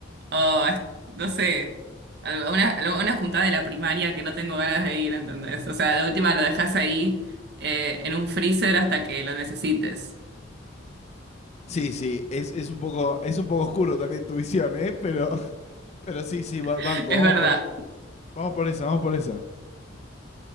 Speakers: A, on the right (about 50°); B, on the left (about 30°).
A: o a no sé, algo- a una, a una juntada de la primaria que no tengo ganas de ir, ¿entendés? O sea, de última lo dejas ahí eh, en un freezer hasta que lo necesites.
B: Sí, sí, es, es un poco, es un poco oscuro también tu visión, ¿eh? Pero, <laughs> pero sí, sí, ba-
A: <laughs>
B: banco,
A: Es
B: vamos
A: verdad.
B: por, e- vamos por esa, vamos por esa.